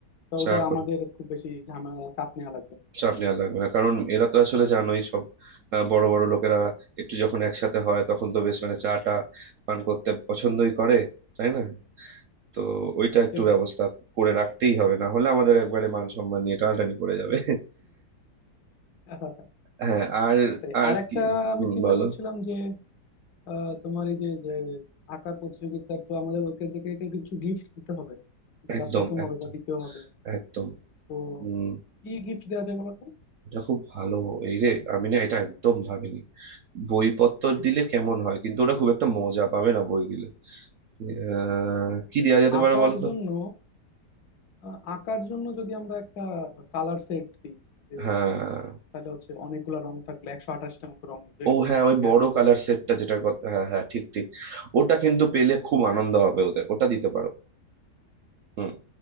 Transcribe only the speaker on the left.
তো
ওটা
আমাদের খুব বেশি ঝামেলা চাপ নেওয়া লাগবে না
এটাই
<laughs>
সেটাই
আর একটা
আমি চিন্তা
করছিলাম যে আহ, তোমার এই যে যে আঁকার প্রতিযোগিতা তো আমাদের ওইখান থেকে কিছু গিফট দিতে হবে যারা
প্রথম হবে
বা দ্বিতীয় হবে
তো
কি গিফট দেওয়া যায় বলতো
আঁকার
জন্য আহ, আঁকার জন্য যদি আমরা একটা কালার সেট দিই যে
তাহলে হচ্ছে অনেকগুলা রং থাকলে একশো আঠাশটা মতো রং যেটা
থাকে
আর কি।